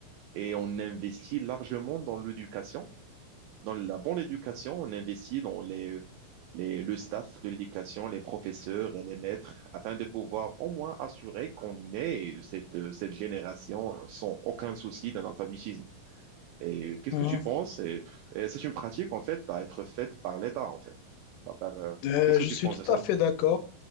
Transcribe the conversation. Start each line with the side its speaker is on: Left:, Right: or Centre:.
Right: Et on investit largement dans l'éducation, dans la bonne éducation, on investit dans les, les, le staff de l'éducation, les professeurs et les maîtres, afin de pouvoir au moins assurer qu'on ait cette, cette génération sans aucun souci d'analphabétisme. Et qu'est-ce
Left: Mhm.
Right: que tu penses? Et- et c'est une pratique, en fait, à être faite par l'État, en fait à part, euh,
Left: Euh,
Right: Qu'est-ce
Left: je
Right: que tu
Left: suis
Right: penses
Left: tout
Right: de ça?
Left: à fait d'accord.